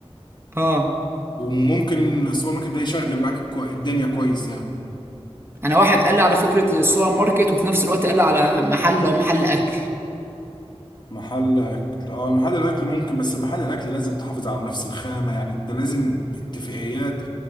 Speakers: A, on the right; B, on the left.
A: اه
B: وممكن السوبر ماركت ده يشغل معاك كو- الدنيا كويس يعني
A: انا واحد قال لي على فكرة السوبر ماركت وفي نفس الوقت قال لي على محل لو محل اكل
B: محل اكل اه محل الاكل ممكن بس محل الاكل لازم تحافظ على نفس الخامة يعني ده لازم اتفاقيات